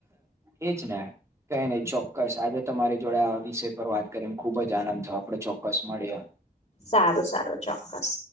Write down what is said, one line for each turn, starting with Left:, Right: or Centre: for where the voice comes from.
Right: એ જ ને કંઈ નહીં ચોક્કસ, આજે તમારી જોડે આ વિષય પર વાત કરીને ખૂબ જ આનંદ થયો, આપણે ચોક્કસ મળીએ.
Left: સારું, સારું, ચોક્કસ.